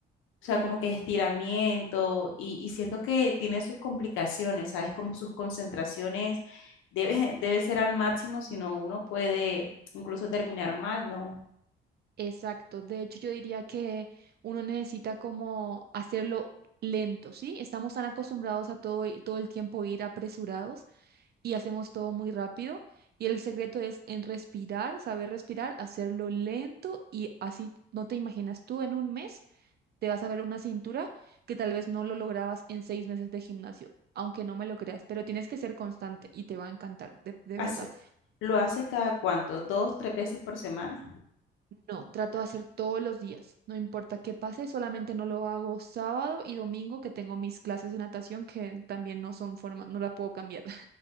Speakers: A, on the left; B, on the right.
A: o sea,
B: sí
A: como que estiramiento y, y siento que tiene sus complicaciones, ¿sabes? Como sus concentraciones debe, <laughs> debe ser al máximo, si no uno puede incluso terminar mal, ¿no?
B: Exacto, de hecho yo diría que uno necesita como hacerlo lento, ¿sí? Estamos tan acostumbrados a todo, y- todo el tiempo ir apresurados y hacemos todo muy rápido y el secreto es en respirar, saber respirar, hacerlo lento y así no te imaginas tú en un mes te vas a ver una cintura que tal vez no lo lograbas en seis meses de gimnasio, aunque no me lo creas, pero tienes que ser constante y te va a encantar, de de
A: Hace-
B: verdad.
A: ¿lo haces cada cuánto? ¿Dos, tres veces por semana?
B: No, trato de hacer todos los días, no importa qué pase, solamente no lo hago sábado y domingo que tengo mis clases de natación que también no son forma, no la puedo cambiar.